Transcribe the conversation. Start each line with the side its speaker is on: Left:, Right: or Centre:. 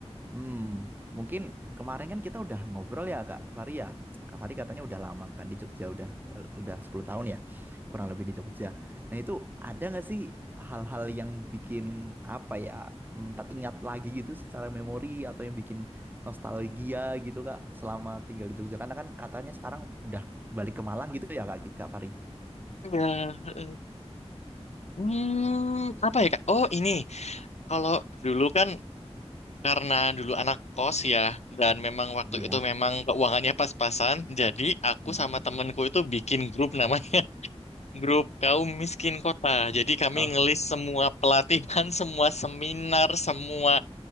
Right: Hmm, mungkin kemarin kan kita udah ngobrol ya Kak Fari ya. Kak Fari katanya udah lama kan di Jogja, udah udah 10 tahun ya, kurang lebih di Jogja. Nah itu ada nggak sih hal-hal yang bikin apa ya hmm, teringat lagi gitu secara memori atau yang bikin nostalgia gitu Kak selama tinggal di Jogja? Karena kan katanya sekarang udah balik ke Malang gitu ya Kak, Kak Fari?
Left: Iya. eh. Hmm, apa ya Kak? Oh ini, kalau dulu kan karena dulu anak kos ya, dan memang waktu
Right: Iya.
Left: itu memang keuangannya pas-pasan, jadi aku
Right: Mhm.
Left: sama temenku itu bikin grup namanya. Grup kaum miskin kota. Jadi kami
Right: Oh,
Left: ngelis semua pelatihan, <laughs> semua seminar, semua